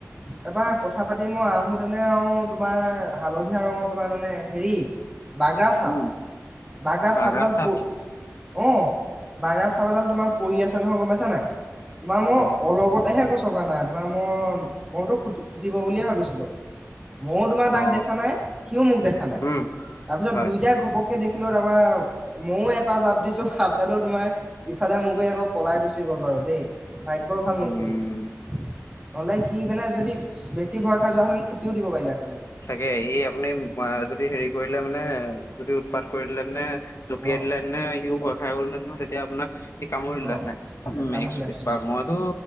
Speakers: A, on the right (about 15°); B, on the left (about 60°).
A: তাৰপৰা
B: হয়
A: কথা
B: হয়
A: পাতি মই আহো নে আৰু তোমাৰ হালধীয়া ৰঙৰ তোমাৰ মানে হেৰি বাগ্ৰা চাব
B: উম
A: বাগ্ৰা
B: বাগৰা
A: চাব ডাল
B: চাপ
A: প অ বাগ্ৰা চাব এডাল
B: অ
A: তোমাৰ পৰি আছে নহয় গম পাইছা নাই তোমাৰ মই
B: অ
A: অলপতেহে গৈছো থকা নাই তোমাৰ মই মইতো খ খুটিব বুলিয়ে ভাবিছিলো মইো তোমাৰ তাক
B: অ
A: দেখা নাই সিও মোক দেখা নাই
B: উম
A: তাৰপিছত
B: হয়
A: দুইটাই ঘপককে দেখ লৈ তাপা ময়ো এটা জা সাপডালো তোমাৰ ইফালে ম গৈ আকৌ পলাই গুচি গ'ল বাৰু দেই ভাগয় ভাল
B: উম
A: নুখুতিলে নহলে সি মানে যদি বেছি ভ <unintelligible>
B: চাকে ই আপুনি যদি হেৰি কৰিলে মানে যদি উৎপাত কৰিলে নানে জঁপিয়াই
A: অ',
B: দিলে নে সিও বয় খাই গ'লহ ন তেতিয়া আপোনাক স কামুৰিললে
A: অ',
B: ন
A: কামুৰিলেহেঁতেন
B: এক প
A: হয়
B: মইতো